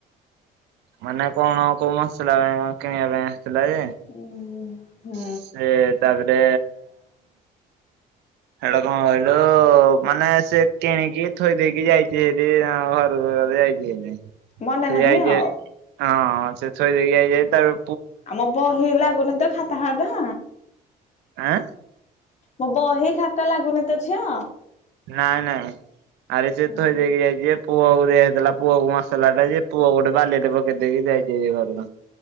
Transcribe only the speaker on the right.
ମାନେ କଣ କୋଉ ମସଲା କିଣିବା ପାଇଁ ଆସିଥିଲା ଯେ
ସେ ତାପରେ ସେଇଟା କଣ କହିଲୁ ମାନେ ସେ କିଣିକି ଥୋଇ ଦେଇେଇକି ଯାଇଛି ସେଠି ଜଣ ଘରକୁ ଯାଇଛି।
ସେ
ଯାଇଚି,
ହଁ ହଁ ସେ ଥୋଇ ଦେଇକି ଯାଇଛି ତାର
ଆଁ?
ନାଇଁ ନାଇଁ। ଆରେ ସେ
ଥୋଇ ଦେଇକି ଯାଇଛି ଯେ ପୁଅକୁ ଦେଇଦେଇଥିଲା ପୁଅକୁ ମସଲା ଟା ଯେ ପୁଅ ଗୋଟେ ବାଲିରେ ପକେଇ ଦେଇକି ଯାଇଛି। ଦେ ଗଲ